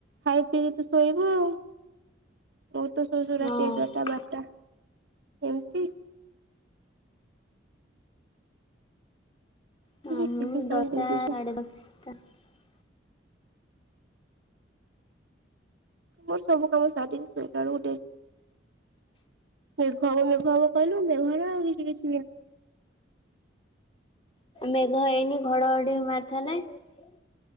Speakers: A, on the right; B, on the left.
A: ଖାଇ ପିଇ ତୁ ଶୋଇବୁ ଆଉ ହ ତୁ ଶୁଶୁ
B: ହଁ
A: ରାତି ଏଗାରଟା ବାରଟା ଏମତି । ତୁ
B: ନା
A: ଯୋଉ
B: ମୁଁ
A: ଟିଭି ସାଉଣ୍ଡ
B: ଦଶଟା
A: ଦେଇ ଦେଇଛୁ
B: ସାଢେ ଦଶଟା ।
A: ମୋର ସବୁ କାମ ସାରିକି ସୋଇିଲା ବେଳକୁ ଡେରି । ମେଘ ହବ ମେଘ ହବ କହିଲୁ ମେଘନା ଆଉ କିଛି । ଠିକ୍ ଅଛି ।
B: ମେଘ ହେଇନି । ଘଡଘଡି ମାରିଥିଲେ ।